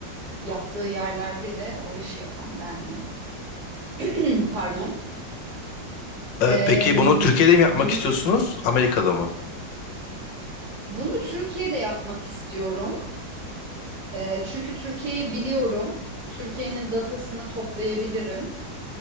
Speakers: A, on the right; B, on the left.
A: yaptığı yerlerde de o işi yapan bendim. <clears throat> Pardon. Em,
B: Ee, peki bunu Türkiye'de mi yapmak
A: <laughs>
B: istiyorsunuz? Amerika'da mı?
A: Bunu Türkiye'de yapmak istiyorum. Ee, çünkü Türkiye'yi biliyorum. Türkiye'nin datasını toplayabilirim.